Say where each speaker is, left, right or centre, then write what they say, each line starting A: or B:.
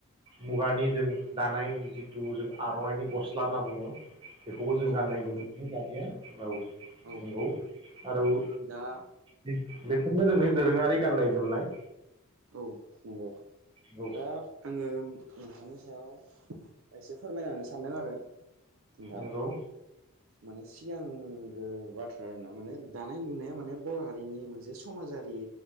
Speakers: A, on the right; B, on the right.
A: मुगानि जों दानाय जिथु जों आर'नाइनि गस्ला होनना बुङो। बेखौबो जों
B: औ
A: गाननाय
B: औ नंगौ
A: नुनो मोनो जानाया औ नंगौ
B: औ
A: आरो उ
B: दा
A: बे बेखौ जोंनि दोरोङारि गाननाय जोमनाय
B: नंगौ
A: नंगौ
B: दा आङो नोंथांनि सायाव एसे फोरमाय होननो सानदों आरो नोंथां
A: नंगौ
B: माने सिगांगो बाथ्राना माने दानाय लुनाया माने बर' हारिनि मोनसे समाजारि